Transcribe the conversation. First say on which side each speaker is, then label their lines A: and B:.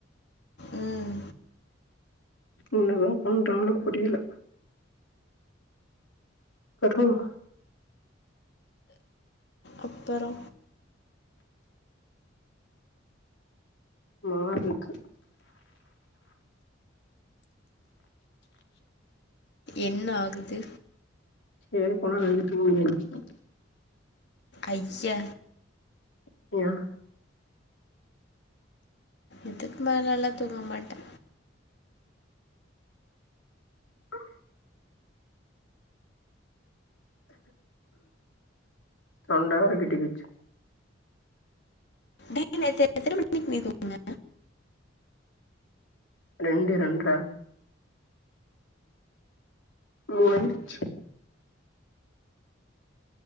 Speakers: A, on the left; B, on the left.
A: ம்
B: என்ன லவ் பண்றிங்களோ புரியல பர் ஹோம்
A: அப்பற
B: மாரி இருக்கு
A: என்ன ஆகுது
B: எவிர போனா <unintelligible>
A: ஐய்ய
B: <inaudible>
A: இதுக்கு மேலேல்லா தூங்க மாட்டே
B: ஆ தொண்டவேரே கட்டிகிச்சு
A: டேய் நேத்து எத்தன மணிக்கு நீ தூங்குன
B: ரெண்டு ரெண்டரே மூணு ஆயிருச்சு